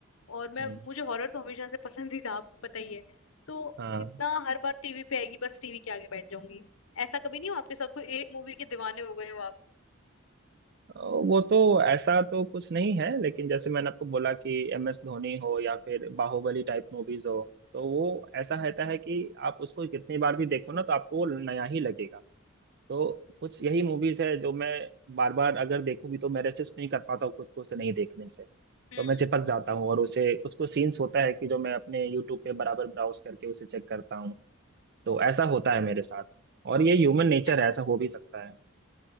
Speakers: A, on the left (about 70°); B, on the right (about 50°).
A: और मैं
B: हम्म,
A: मुझे हॉरर तो हमेशा से पसंद ही था आपको पता ही है तो
B: हाँ
A: इतना हर बार टीवी पे आएगी बस टीवी के आगे बैठ जाऊंगी ऐसा कभी नहीं हो आपके साथ कोई एक मूवी के दीवाने हो गए हो आप
B: अ, वो तो ऐसा तो कुछ नहीं है लेकिन जैसे मैंने आपको बोला कि एम एस धोनी हो या फिर बाहुबली टाइप मूवीज हो तो वो ऐसा रहता है कि आप उसको कितनी बार भी देखो ना तो आपको वो नया ही लगेगा तो कुछ यही मूवीज है जो मैं बार बार अगर देखूं भी तो मैं रेसिस्ट नहीं कर पाता हूँ खुद को उसे नहीं देखने से
A: हम्म
B: तो मैं चिपक जाता हूँ और उसे कुछ कुछ सीन्स होता है कि जो मैं अपने यूट्यूब पे बराबर ब्राउज करके उसे चेक करता हूँ तो ऐसा होता है मेरे साथ और ये ह्यूमन नेचर
A: है ना
B: है ऐसा हो भी सकता है